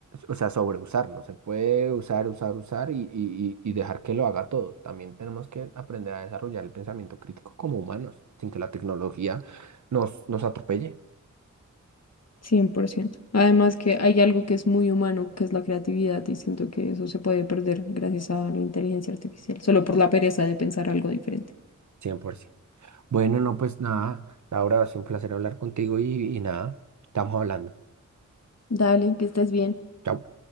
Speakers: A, on the right; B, on the left.
A: o sea, sobreusar, no se puede usar, usar, usar y, y- y- y dejar que lo haga todo. También tenemos que aprender a desarrollar el pensamiento crítico como humanos, sin que la tecnología nos, nos atropelle.
B: cien por ciento Además que hay algo que es muy humano, que es la creatividad, y siento que eso se puede perder gracias a la inteligencia artificial, solo por la pereza de pensar algo diferente.
A: 100%. Bueno, no, pues nada, Laura, ha sido un placer hablar contigo y, y nada, estamos hablando.
B: Dale, que estés bien.
A: Chao.